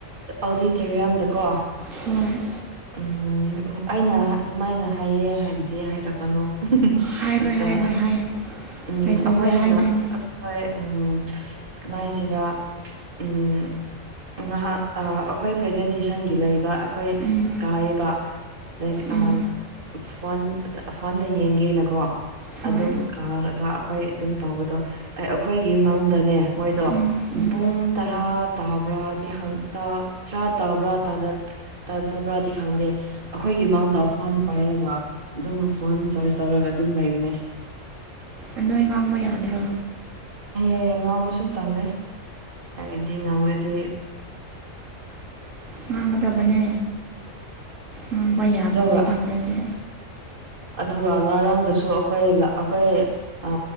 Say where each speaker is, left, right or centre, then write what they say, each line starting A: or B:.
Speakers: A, on the right; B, on the right.
A: ꯑꯗꯆꯦꯔꯤꯌꯝꯗꯀꯣ
B: ꯍꯣꯏ
A: ꯎꯝ ꯎꯝ ꯑꯩꯅ ꯑꯗꯨꯃꯥꯏꯅ ꯍꯥꯏꯌꯦ ꯍꯥꯏꯕꯗꯤ ꯍꯥꯏꯔꯛꯀꯅꯨ꯫
B: ꯍꯥꯏꯔꯣꯏ
A: ꯑꯇ
B: ꯍꯥꯏꯔꯣꯏ ꯍꯥꯏꯌꯨ
A: ꯎꯝ
B: ꯀꯩꯗꯧꯕꯩ
A: ꯑꯩꯈꯣꯏꯅ
B: ꯍꯥꯏꯗꯣꯏꯅꯣ
A: ꯍꯣꯏ ꯎꯝ ꯀꯃꯥꯏ ꯍꯥꯏꯁꯤꯔ ꯎꯝ ꯉꯍꯥꯛ ꯑꯩꯈꯣꯏ ꯄ꯭ꯔꯖꯦꯟꯇꯦꯁꯟꯒꯤ ꯂꯩꯕ ꯑꯩꯈꯣꯏ
B: ꯎꯝ
A: ꯀꯥꯏꯕ
B: ꯎꯝ
A: ꯑ ꯐꯣꯟ ꯐꯣꯟꯗ ꯌꯦꯡꯒꯦꯅꯀꯣ꯫
B: ꯍꯣꯏ
A: ꯑꯗꯨꯝ ꯀꯥꯔꯒ ꯑꯩꯈꯣꯏ ꯑꯗꯨꯝ ꯇꯧꯕꯗꯣ ꯑꯩꯈꯣꯏꯒꯤ ꯃꯪꯗꯅꯦ ꯃꯣꯏꯗꯣ
B: ꯎꯝ ꯎꯝ
A: ꯄꯨꯡ ꯇꯔꯥ ꯇꯥꯕ꯭ꯔꯥꯗꯤ ꯈꯪ ꯇꯔꯥ ꯇꯥꯕ꯭ꯔꯥꯥ ꯇꯥꯗꯄꯔꯥꯗꯤ ꯈꯪꯗꯦ꯫ ꯑꯩꯈꯣꯏꯒꯤ ꯏꯃꯥꯡꯗ ꯐꯣꯟ ꯄꯥꯏꯔꯒ ꯑꯗꯨꯝ ꯐꯣꯟ ꯆꯥꯔꯖ ꯇꯧꯔꯒ ꯑꯗꯨꯝ ꯂꯩꯕꯅꯦ꯫
B: ꯑꯗ ꯉꯥꯡꯕ ꯌꯥꯗ꯭ꯔꯣ꯫
A: ꯑ ꯉꯥꯡꯕꯁꯨ ꯇꯜꯂꯦ ꯑꯩꯗꯤ ꯉꯥꯡꯉꯗꯤ
B: ꯉꯥꯡꯒꯗꯕꯅꯦ꯫ ꯉꯥꯡꯕ ꯌꯥꯕ
A: ꯑꯗꯨꯒ
B: ꯃꯐꯝꯗꯗꯤ꯫
A: ꯑꯗꯨꯒ ꯉꯔꯥꯡꯗꯁꯨ ꯑꯩꯈꯣꯏ ꯑꯩꯈꯣꯏ ꯑ